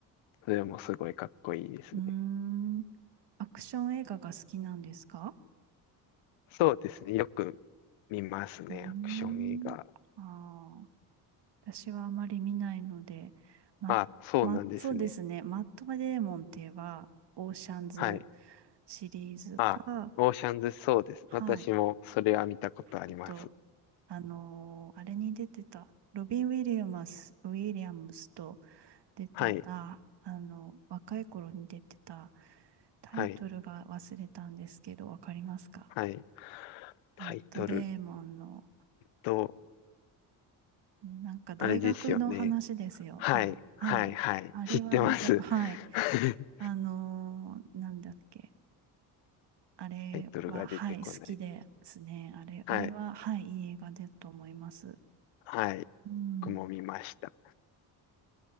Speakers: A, on the left; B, on the right.
A: それもすごいかっこいいですね。
B: うーん、アクション映画が好きなんですか
A: そうですね。よく見ますね。
B: うーん、
A: アクション映画。
B: ああ。私はあまり見ないので、ま、
A: あ、そうなんですね。
B: ま、そうですね。マット・デーモンって言えば、オーシャンズ
A: はい。
B: シリーズか、
A: あ、オーシャンズ、そうです。
B: はい。
A: 私もそれは見たことあります。
B: あと、あのーあれに出てた、ロビン・ウィリアムス、ウィリアムスと出てた、
A: はい。
B: あの、若い頃に出てた、タイトルが忘れたんですけど、
A: はい。
B: わかりますか
A: はい。タイトル
B: マット・デーモンの
A: と、
B: なんか大学の話ですよね。
A: あれですよね。はい。
B: はい。
A: はい。はい。
B: あれは見たく、
A: 知ってます。
B: はい。
A: <laughs>
B: あのーなんだっけ。あれは、
A: タイトルが出てこない。
B: はい、好きですね。あれ、
A: はい。
B: あれは、はい、いい映画だと思います。
A: はい。
B: うん。
A: 僕も見ました。